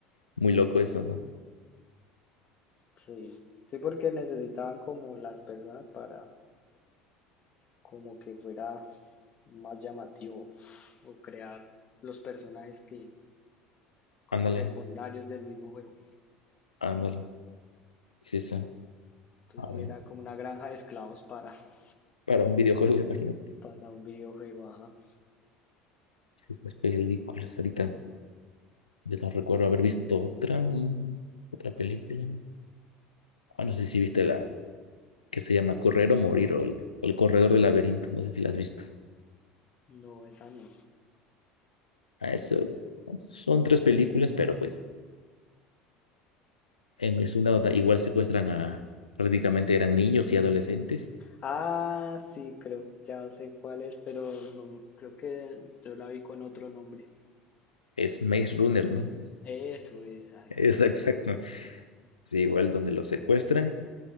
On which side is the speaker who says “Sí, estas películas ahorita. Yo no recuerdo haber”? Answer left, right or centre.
Left